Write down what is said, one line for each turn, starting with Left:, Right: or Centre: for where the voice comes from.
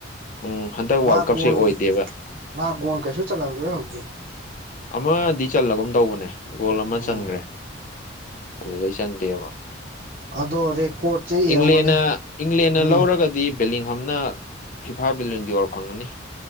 Left: ꯎꯝ ꯍꯟꯗꯛ
Right: ꯃꯥꯒꯣꯟ
Left: ꯋꯥꯔꯜ ꯀꯞꯁꯦ ꯑꯣꯏꯗꯦꯕ
Right: ꯃꯥꯒꯣꯟ ꯀꯩꯁꯨ ꯆꯜꯂꯝꯗ꯭ꯔꯣꯏ ꯍꯧꯖꯤꯛꯖꯤꯛ
Left: ꯑꯃꯗꯤ ꯆꯜꯂꯒꯨꯝ ꯇꯧꯕꯅꯦ ꯒꯣꯜ ꯑꯃ
Right: ꯎꯝ
Left: ꯆꯟꯈ꯭ꯔꯦ ꯑꯗꯨꯗꯩ ꯆꯟꯗꯦꯕ
Right: ꯑꯗꯣ ꯔꯦꯀꯣꯔꯠꯁꯦ ꯌꯦꯡꯉꯣꯅꯦ
Left: ꯏꯪꯂꯦꯟꯅ ꯢꯪ ꯏꯡꯂꯦꯟꯅ
Right: ꯎꯝ
Left: ꯂꯧꯔꯒꯗꯤ ꯕꯦꯂꯤꯡ ꯍꯝꯅ ꯐꯤꯐꯥ ꯕꯦꯂꯤꯟ ꯗꯤ ꯑꯣ ꯐꯪꯉꯅꯤ